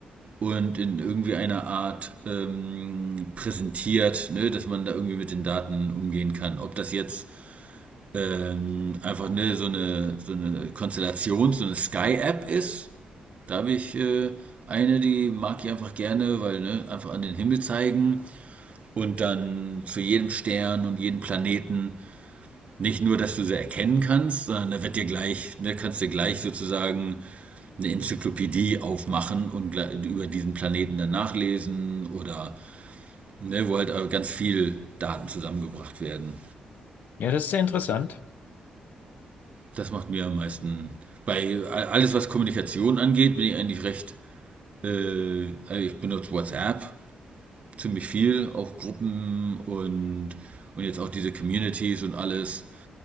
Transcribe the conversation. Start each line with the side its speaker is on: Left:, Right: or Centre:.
Right: und in irgendwie einer Art ähm, präsentiert, ne, dass man da irgendwie mit den Daten umgehen kann. Ob das jetzt ähm, einfach ne, so eine, so eine Konstellation, so eine Sky-App ist, da habe ich äh, eine, die mag ich einfach gerne, weil ne, einfach an den Himmel zeigen und dann zu jedem Stern und jedem Planeten nicht nur, dass du sie erkennen kannst, sondern da wird dir gleich, ne, kannst dir gleich sozusagen eine Enzyklopädie aufmachen und über diesen Planeten dann nachlesen oder ne, wo halt äh, ganz viel Daten zusammengebracht werden.
Left: Ja, das ist sehr interessant.
Right: Das macht mir am meisten. Bei alles, was Kommunikation angeht, bin ich eigentlich recht. Äh, ich benutze WhatsApp ziemlich viel, auch Gruppen und, und jetzt auch diese Communities und alles.